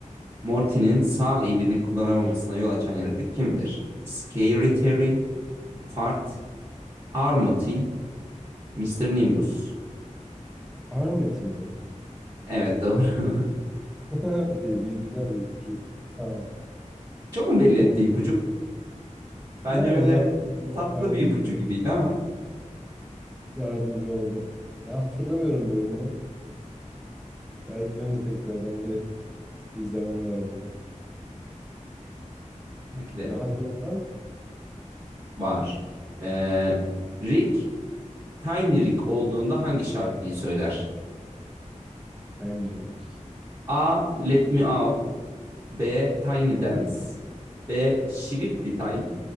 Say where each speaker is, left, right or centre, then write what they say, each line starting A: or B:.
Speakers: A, on the right; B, in the centre.
A: Morty'nin sağ elini kullanamamasına yol açan yaratık kimdir? Scary Terry, Fart, Armoti, Mister Nimbus.
B: Armati mi?
A: Evet doğru. <laughs>
B: <laughs> Bir, bir güzel bir ipucu. Tamam.
A: Çok mu belli
B: Ama
A: etti ipucum?
B: yani
A: Bence böyle tatlı
B: yardımcı,
A: bir ipucu gibiydi ama
B: yardımcı oldu. Ya hatırlamıyorum bölümü. Belki benim de tekrardan bir izlemem lazım.
A: belki de
B: Daha sonra var mı?
A: var. Ee, Rick Tiny Rick olduğunda hangi şarkıyı söyler?
B: Hendrik.
A: A. Let Me Out B. Tiny Dance B. Swifty Time